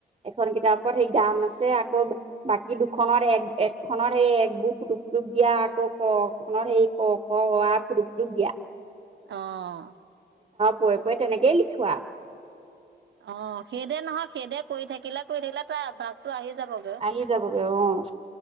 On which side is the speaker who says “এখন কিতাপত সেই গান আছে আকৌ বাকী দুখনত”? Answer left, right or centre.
Right